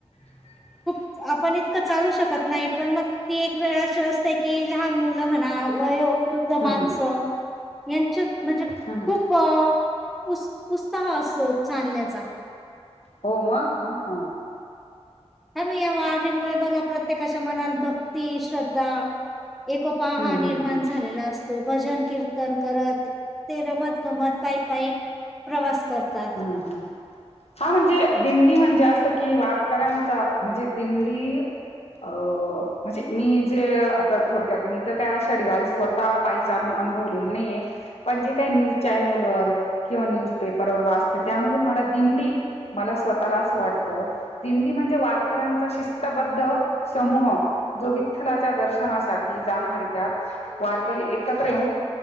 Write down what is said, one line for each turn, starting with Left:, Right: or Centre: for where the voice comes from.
Left: ह.
Centre: खूप आपण इतकं चालू शकत नाही पण मग ती एक वेळ अशी असते की लहान मुलं म्हणा व ृद्ध
Left: हा
Centre: माणसं
Left: हा
Centre: यांच्या म्हणजे
Left: हा हा
Centre: खूप पुस् पुस्तह असो चालण्याचा
Left: हो मग मग हा.
Centre: ह मग या वारीमुळे बघा प्रत्येकाच्या मनात भक्ती श्रद्धा एकोपा
Left: हम्म
Centre: ह निर्माण
Left: हम्म हम्म
Centre: झालेला असतो भजन कीर्तन करत. ते रमत गमत पायी पायी प्रवास करतात.
Left: हम्म हम्म हा म्हणजे दिंडी म्हणजे असं कि वारकऱ्यांचा म्हणजे दिंडी अ म्हणजे मी जे आता थोडक्यात मी तर काय शनिवारी स्वतः पायी जालून अनुभवलेली नाहीे पण जे काही
Centre: हम्म
Left: न्यू
Centre: हम्म.
Left: किंवा न्यूज पेपर व वाचते त्यामधून मला दिंडी मला स्वतःला असं वाटतं दिंडी म्हणजे वारकऱ्यांचा शिस्तबद्ध समूह जो विठ्ठलाच्या दर्शनासाठी जाणारे त्यात वारकरी एकत्र येऊन